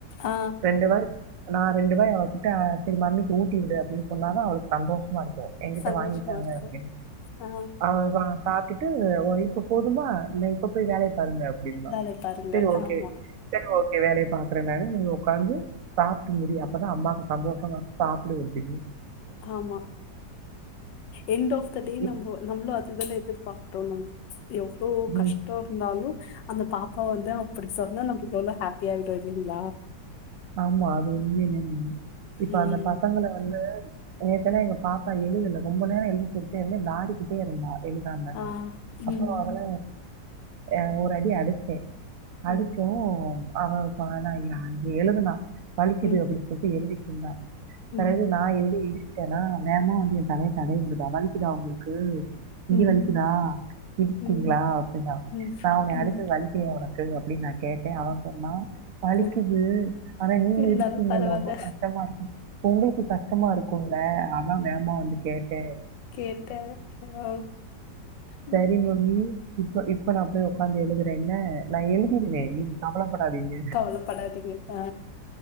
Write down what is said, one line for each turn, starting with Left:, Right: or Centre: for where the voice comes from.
Left: ஆ
Right: ரெண்டு வாய் நா ரெண்டுமே மம்மிக்கு ஊட்டி விடு அப்டி சொன்னா தா அவளுக்கு சந்தோஷம் இருக்கும் எங்கிட்ட
Left: சந்தோஷமா
Right: வாங்கிட்டாங்க
Left: இருக்கும்.
Right: அப்டின்னு
Left: ஆ
Right: அதான் பாத் ட்டு வைஃப் போதுமா இ இப்ப போய் வேலைய பாருங்க அப்படின்ப
Left: வேலைய பாருங்க.
Right: சரி ஓகே
Left: ஆமா,
Right: சரி ஓகே வேலையை பாக்குறேன் நானு நீ உக்காந்து சாப்பிட முடியி அப்பதா அம்மாவுக்கு சந்தோஷமா சாப்பிடு அப்டினு
Left: ஆமா எண்ட் ஆஃப் தி டே
Right: இப்
Left: நம்ளோ நம்மோ அது அதுதானே எதிர்பாக் கிறோம் நம்ம எவ்ளோ
Right: ம்.
Left: கஷ்டோ இருந்தாலு அந்த பாப்பா வந்து அப்டி சொன்னா நம்ம எவ்ளோ ஹாப்பிய ஆயிடும் இல்லிங்களா
Right: ஆமா அது உண்மைய இப்ப
Left: ம்.
Right: அந்த பசங்களை வந்து நேத்தல்லாம் எங்க பாப்பா எழுதல ரொம்ப நேரம் எழுதிட்டே விளயாடிட்டே இருந்தா எழுதாம
Left: ஆ, ம்,
Right: அப்றோ அவள அ ஒரு அடி அடிச்சேன்
Left: ம்,
Right: அதுக்கோம் <unintelligible> எழுதுனா வலிக்குது
Left: ம்,
Right: அப்டின்னு சொல்லி எழுதி இல்ல
Left: ம்,
Right: பிறகு நான் எதுல இடி என்னா வேகம வந்து என் தலைய தடவி விடுதுதான் வலிக்குதா உங்களுக்கு ம்
Left: ம்,
Right: இங்க வலிக்குதா இருக்கீங்களா
Left: ம்,
Right: அப்டின்னா
Left: ம்,
Right: நா உன்ன
Left: ம்.
Right: அடிச்சேன் வலிக்கலயா உனக்கு கு அப்டின் நா கேட் தே அவ சொன்னா பழிக்கு
Left: அ
Right: அது ஆனா நீங்க
Left: இருந்தாலும்
Right: இருக்கிங்கல்ல
Left: பரவால்ல
Right: உங்களுக்கு கஷ்டமா இருக்கு ரொம்ப கஷ்டமா இருக்கு குள்ள அப் நா வேகமா வந்து கேட்ட
Left: கேட்டேன். ஆ, ம்.
Right: சேரி மம்மி இப்போ இப்ப நா போய் உக்காந்து எழுதுற என்ன நா எழுதிருவ நீங் கவலப்படாதீங்க
Left: கவலப்படாத் எது ஆ